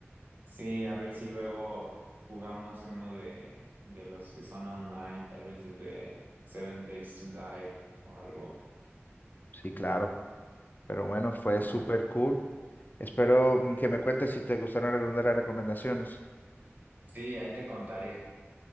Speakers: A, on the right; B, on the left.
A: sí, a ver si luego jugamos uno de, de los que son online, tal vez el de Seven Days to Die o algo.
B: Sí, claro. Pero bueno, fue súper
A: Va.
B: cool. Espero mm, que me cuentes si te gustaron algunas de las recomendaciones.
A: Sí, ahí te contaré.